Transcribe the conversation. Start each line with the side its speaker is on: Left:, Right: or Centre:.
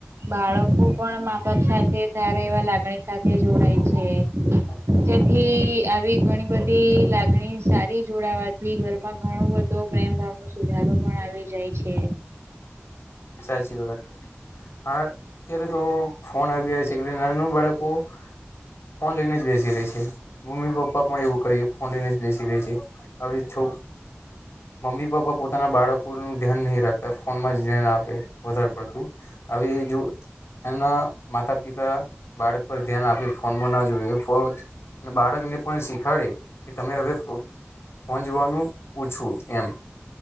Right: બાળકો પણ મા બાપ સાથે સારા એવા લાગણી સાથે
Left: <inaudible>
Right: જોડાય છે જેથી આવી ઘણી બધી લાગણી સારી જોડાવાથી ઘરમાં ઘણો બધો પ્રેમ ભાવ ન સુધારો પણ આવી જાય છે.
Left: સાચી વાત. હા અત્યારે તો ફોન આવી ગયા છેલે નાનું બાળકો ફોન લઈને જ બેસી રે છે મમ્મી પપ્પા પણ એવું કહી ફોન લઈને જ બેસી રે છે. આવી છો. મમ્મી પપ્પા પોતાના બાળકોનું ધ્યાન નહીં રાખતા ફોનમાં જ્યાન આપ વધારે પડતું આવી જો. તેના માતા પિતા બાળક પર ધ્યાન આપી ફોનમાં ના જોયએ ફોજ ને બાળક ને પણ શીખાડે કે તમે હવે ફોન જોવાનું ઓછું એમ